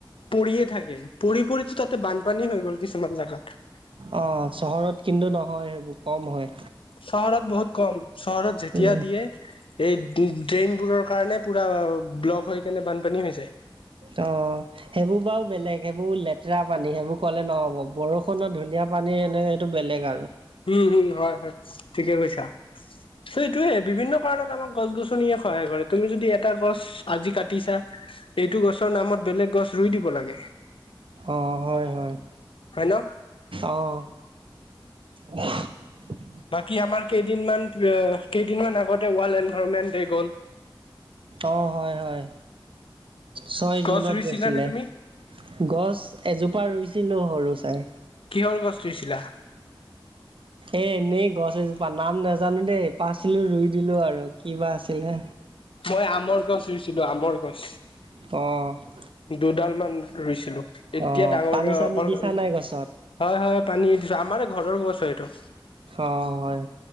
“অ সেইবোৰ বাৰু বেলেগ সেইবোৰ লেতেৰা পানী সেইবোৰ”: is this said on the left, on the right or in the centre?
Right